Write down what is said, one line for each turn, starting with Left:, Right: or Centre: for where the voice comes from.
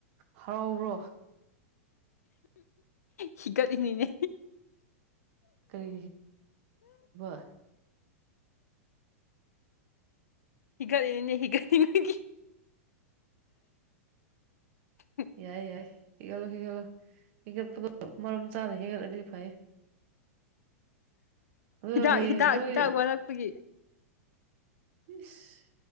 Right: ꯍꯔꯥꯎꯕ꯭ꯔꯣ
Left: ꯁꯤꯤꯒꯗꯤꯅꯤꯅꯦ
Right: ꯀꯔꯤ <unintelligible>
Left: ꯍꯤꯒꯠꯂꯤꯅꯤ ꯍꯤꯒꯠꯅꯤꯡꯕꯒꯤ <inaudible>
Right: ꯌꯥꯏ ꯌꯥꯏ ꯏꯒꯂꯣ ꯁꯤꯒꯂꯣ ꯏꯒ ꯃꯔꯝ ꯆꯥꯅ ꯍꯦꯟꯒꯠꯂꯗꯤ ꯐꯩ ꯑꯗꯣ
Left: ꯍꯤꯗꯥꯛ
Right: ꯍꯌꯦꯡ
Left: ꯍꯤꯗꯥꯛ
Right: ꯅꯣꯏ
Left: ꯍꯤꯗꯥꯛ ꯋꯥꯔꯛꯄꯒꯤ
Right: ꯏꯁꯁ